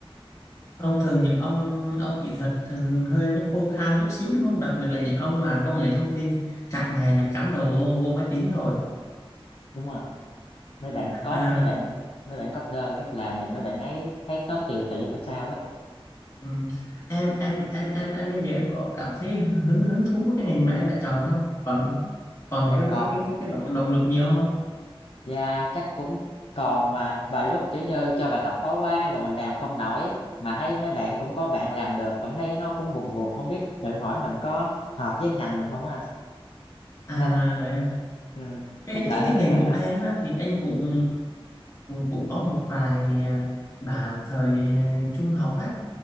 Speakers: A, on the left; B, on the left.
A: Thông thường những ông ông kỹ thuật thường hơi nó khô khan chút xíu đúng không? Đặc biệt là những ông mà công nghệ thông tin cả ngày là cắm đầu vô, vô máy tính rồi.
B: đúng rồi mấy bạn code
A: À,
B: mấy bạn mấy bạn coder rất là nhìn mấy bạn ấy thấy nó tiều tị sao sao á
A: ừ. Em em em em em bây giờ em có cảm thấy hứng hứng thú với cái ngành mà em đã chọn không? Còn còn
B: dạ
A: cái
B: còn
A: cái cái cái cái động động lực nhiều không?
B: Dạ chắc cũng còn mà vài lúc kiểu như cho bài tập khó quá rồi mình làm không nổi mà thấy mấy bạn cũng có bạn làm được cảm thấy nó cũng buồn buồn không biết tự hỏi mình có hợp với ngành mình không á anh
A: À
B: nên
A: vậy
B: ừ,
A: cái
B: chắc đợi
A: cái cái
B: thêm
A: ngành
B: vài
A: của
B: năm
A: em á, thì anh cũng cũng có một vài à, bạn thời à, trung học á